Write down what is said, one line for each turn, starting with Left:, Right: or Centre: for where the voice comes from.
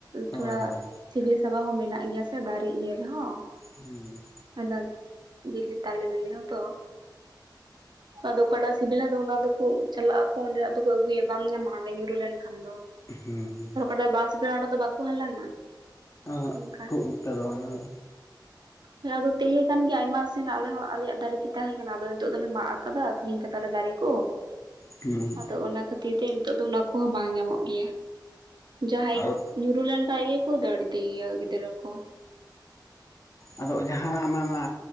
Right: ᱛᱷᱚᱲᱟ
Left: ᱦᱳᱭ ᱦᱳᱭ
Right: ᱥᱤᱵᱤᱞ ᱥᱟᱵᱟ ᱦᱚᱸ ᱢᱮᱱᱟᱜ ᱜᱮᱭᱟ ᱥᱮ ᱫᱟᱨᱮ ᱤᱭᱟᱹ ᱨᱮᱦᱚᱸ᱾
Left: ᱦᱩᱸ
Right: ᱚᱱᱟ ᱵᱤᱞᱤ ᱛᱟᱞᱮ ᱵᱤᱞᱤ ᱦᱚᱸᱛᱚ᱾ ᱟᱫᱚ ᱚᱠᱟᱴᱟᱜ ᱥᱤᱵᱤᱞᱟ ᱫᱚ ᱚᱱᱟ ᱫᱚᱠᱚ ᱪᱟᱞᱟᱜ ᱯᱷᱳᱱ ᱨᱮᱭᱟᱜ ᱫᱚᱠᱩ ᱟᱹᱜᱩᱭᱟ ᱵᱟᱢ ᱧᱟᱢᱟ ᱚᱸᱰᱮ ᱧᱩᱨᱩ ᱞᱮᱱ ᱠᱷᱟᱱ ᱫᱚ᱾
Left: ᱦᱮᱸ
Right: ᱟᱨ ᱚᱠᱟᱴᱟᱜ ᱵᱟᱥ ᱵᱮᱲᱟ ᱚᱰᱮ ᱫᱚ ᱵᱟᱠᱚ ᱦᱟᱞᱟᱝᱟ᱾
Left: ᱚᱸ
Right: ᱚᱱᱠᱟ
Left: ᱠᱷᱩᱵ ᱮᱠᱴᱟ ᱫᱚ ᱵᱟᱝ
Right: <inaudible> ᱦᱮᱸ ᱟᱫᱚ ᱛᱟᱦᱮᱸ ᱠᱟᱱᱟᱱ ᱜᱮ ᱟᱭᱢᱟ ᱥᱮᱱ ᱟᱞᱮ ᱦᱚᱸ ᱟᱞᱮᱭᱟᱜ ᱫᱟᱨᱮ ᱜᱮ ᱛᱟᱦᱮᱸ ᱠᱟᱱᱟ, ᱟᱫᱚ ᱱᱤᱛᱚᱜ ᱫᱚᱞᱮ ᱢᱟᱜ ᱟᱠᱟᱫᱟ ᱟᱠᱷᱨᱤᱧ ᱠᱟᱫᱟᱞᱮ ᱫᱟᱨᱮ ᱠᱚ᱾
Left: ᱦᱩᱸ
Right: ᱟᱫᱚ ᱚᱱᱟ ᱠᱷᱟᱹᱛᱤᱨ ᱛᱮ ᱱᱤᱛᱚᱜ ᱫᱚ ᱚᱱᱟ ᱠᱚᱦᱚᱸ ᱵᱟᱝ ᱧᱟᱢᱚᱜ ᱜᱮᱭᱟ ᱡᱟᱦᱟᱸᱭ
Left: ᱟᱫᱚ
Right: ᱧᱩᱨᱩ ᱞᱮᱱ ᱠᱷᱟᱡ ᱜᱮᱠᱚ ᱫᱟᱹᱲ ᱤᱫᱤᱭᱤᱭᱟ ᱜᱤᱫᱽᱨᱟᱹ ᱠᱚ
Left: ᱟᱫᱚ ᱡᱟᱦᱟᱱᱟᱜ ᱚᱱᱟ ᱢᱟ